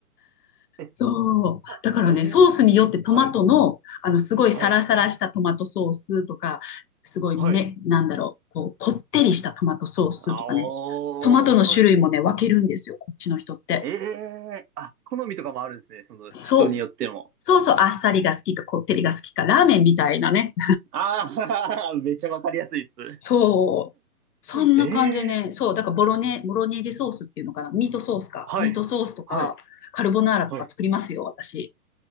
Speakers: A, on the right (about 85°); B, on the left (about 85°).
A: え、
B: そう。
A: <laughs> あ、
B: だからね、
A: えー、
B: ソースによってトマトの、
A: はい、
B: あの、すごいサラサラしたトマトソースとか、
A: はい、
B: すごいね、
A: はい。
B: なんだろう、こう、こってりしたトマトソースとかね、
A: あおー、
B: トマトの種類もね、
A: はい。
B: 分けるんですよ、こっちの人って。
A: ええあ、好みとかもあるんですね。その人によっても。
B: そう。そうそう、あっさりが好きか、こってりが好きか、ラーメンみたいなね、
A: ああー、<laughs> めっちゃわかりやすいです。
B: そう。そんな感じでね。
A: ええ
B: そう。だからボロネ、ボロネーゼソースっていうのかな。ミートソースか。
A: はい。
B: ミートソースとか、
A: はい。
B: カルボナーラとか作りますよ、
A: はい。
B: 私。